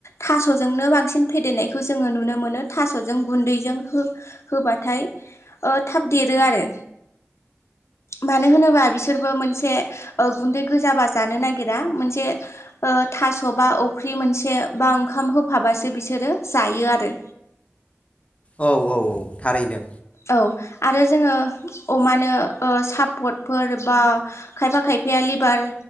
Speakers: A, on the left; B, on the left.
A: थास'जोंनो बांसिन फेदेरनायखौ जोङो नुनो मोनो थास'जों गुन्दैजों हो होबाथाय ओ थाब देरो आरो। मानो होनोबा बिसोरबो मोनसे ओ गुन्दै गोजाबा जानो नागिरा मोनसे ओ थास'बा, अफ्रि मोनसे बा ओंखाम होफाबासो बिसोरो जायो आरो।
B: औ औ औ थारैनो।
A: औ आरो जोङो अमानो ओ सापटफोर बा खायफा खायफाया लिभार